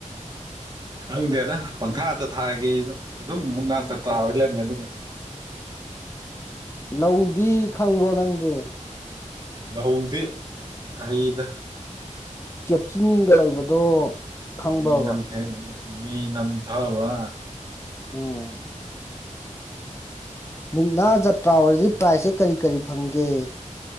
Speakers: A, on the right (about 30°); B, on the left (about 20°).
A: ꯈꯪꯗꯦꯗ ꯄꯪꯈꯥꯗ ꯊꯥꯒꯤꯁꯨ ꯑꯗꯨꯝ ꯃꯨꯛꯅꯥ
B: ꯎꯝ
A: ꯆꯞꯇꯥ꯭ꯔꯥꯔꯣꯏ ꯂꯩꯔꯕꯅꯦ ꯑꯗꯨꯒ
B: ꯂꯧꯗꯤ ꯈꯪꯕ꯭ꯔꯣ ꯅꯪꯗꯤ
A: ꯂꯧꯗꯦ ꯑꯩꯗ
B: ꯆꯦꯞꯆꯤꯟꯒ ꯂꯩꯕꯗꯣ ꯈꯪꯕ꯭ꯔꯕ
A: ꯃꯤ ꯅꯝꯊꯦꯡ ꯃꯤ ꯅꯝꯊꯕ
B: ꯎꯝ ꯃꯨꯛꯅꯥ ꯖꯇ꯭ꯔꯥ ꯑꯣꯏꯔꯗꯤ ꯄ꯭ꯔꯥꯏꯖꯁꯦ ꯀꯔꯤ ꯀꯔꯤ ꯐꯪꯒꯦ